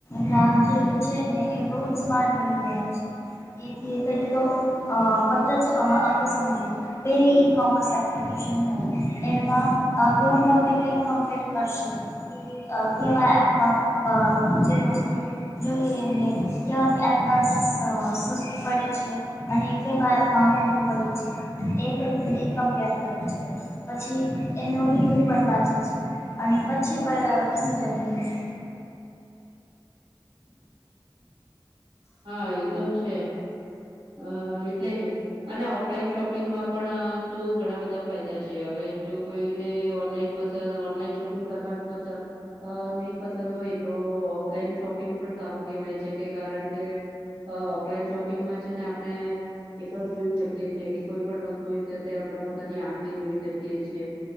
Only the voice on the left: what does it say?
ગયું છે કે <unintelligible> જે છે ને એ બહુ જ સ્માર્ટ બની ગયા છે એથી પહેલે તો અ બધા જ હમે સમજો બે ઈ કોમર્સ એપ્લિકેસન નું એમાં <unintelligible> કેમ્પર કરશે અ કેવા એપમાં <unintelligible> જે વસ્તુ જોઈએ એ ને કેવા એપ માં સ સસ્તું પડે છે અને કેવા એપ માં મોઘું પડે છે એ <unintelligible> કંપેર કરે છે પછી એનો રિવ્યુ પણ વાંચે છે અને પછી પ ડિસિઝન લે છે